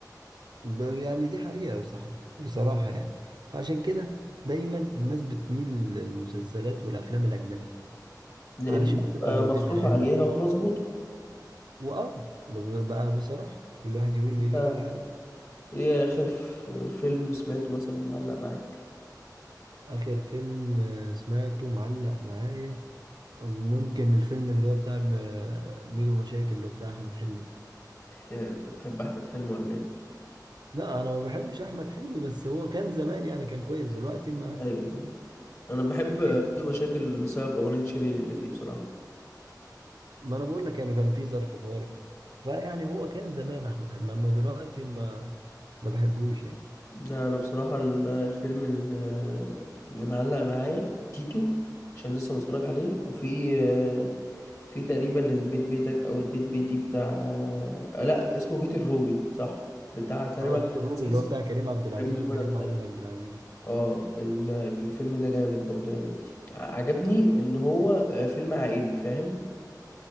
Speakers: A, on the right; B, on the left.
A: ب- يعني دي حقيقة يا صاحبي بصراحة يعني فعشان كده دايما الناس بتميل للمسلسلات والافلام الاجنبي
B: لان
A: علشان بتبقى
B: آه،
A: جودتها
B: مصروف
A: حلوة
B: عليها ومظبوطة
A: واه ب- ب- بقى بصراحة كل واحد يقول
B: انت
A: لي ليه واللي عليه
B: ايه اخر فيلم سمعته مثلا معلق معاك
A: آخر فيلم آه، سمعته معلق معايا ممكن الفيلم اللي هو بتاع م- آه، ميدو مشاكل اللي هو بتاع أحمد حلمي
B: إيه، انت بتحب احمد حلمي ولا ايه
A: لا أنا ما بحبش أحمد حلمي بس هو كان زمان يعني كان كويس دلوقتي ما
B: ايوه أيوة. انا بحب بدون
A: يعني
B: مشاكل بسبب اغنيه شيرين اللي فيه بصراحه
A: ما أنا بقول لك يعني كان في ظرف طارئ فيعني هو كان زمان أحمد حلمي أما دلوقتي ما ما بحبوش يعني
B: لا انا بصراحه ال- الفيلم ال- اللي معلق معايا تيتو عشان لسه متفرج عليه وفي آه، في تقريبا البيت بيتك او البيت بيتي بتاع آه، لا اسمه بيت الروبي صح بتاع كريم
A: اه
B: عبد
A: بوت الروبي
B: العزيز
A: اللي هو بتاع كريم عبد العزيز
B: كريم محمود
A: وكريم
B: عبد
A: محمود
B: العزيز
A: عبد العزيز
B: اه ال- الفيلم ده جامد برضو يعني ع- عجبني ان هو آه، فيلم عائلي فاهم